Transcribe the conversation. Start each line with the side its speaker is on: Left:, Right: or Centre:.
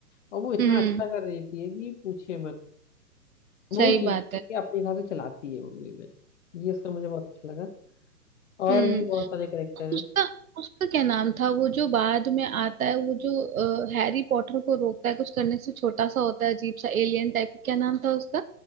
Left: और वो इतना
Right: हम्म
Left: अच्छा कर देती है कि पूछे मत वो
Right: सही
Left: चीजों
Right: बात है
Left: को अपने हिसाब से चलाती है मूवी में ये उसका मुझे बहुत अच्छा लगा और
Right: हम्म
Left: भी बहुत सारे करेक्टर
Right: उसका
Left: हैं
Right: उसका क्या नाम था वो जो बाद में आता है वो जो अ, हैरी पॉटर को रोकता है कुछ करने से छोटा सा होता है अजीब सा एलियन टाइप क्या नाम था उसका